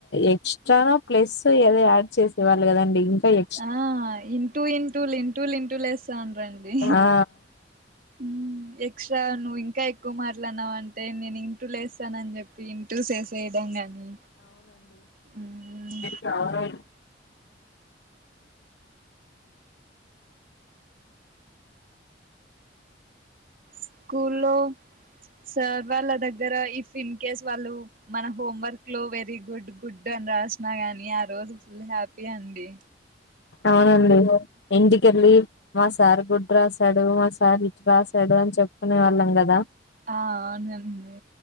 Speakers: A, on the left; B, on the right.
A: ఎక్స్ట్రానో ప్లస్సో ఏదో యాడ్ చేసేవాళ్ళు కదండి ఇంకా ఎక్
B: ఆ ఇంటూ ఇంటూలు ఇంటూలు ఇంటూలు లేస్తాండ్రండి
A: ఆ
B: మ్మ్ ఎక్స్ట్రా నువ్వు ఇంకా ఎక్కువ మాట్లాడినావంటే నేను ఇంటూలేస్తానని చెప్పి చెప్పి ఇంటూస్ వేసేయడం గాని మ్మ్
A: టవరయిల్
B: స్కూల్లో సార్ వాళ్ళ దగ్గర ఇఫ్ ఇన్ కేస్ వాళ్ళు మన హోంవర్క్ లో వెరీ గుడ్ గుడ్ అని రాసిన గాని ఆ రోజు ఫుల్ హ్యాపీ అండి
A: అవునండి ఇంటికెళ్ళి మా సార్ గుడ్ రాసాడు మా సార్ ఇట్ రాసాడు అని చెప్పుకునే వాళ్ళం కదా
B: ఆ అవునండి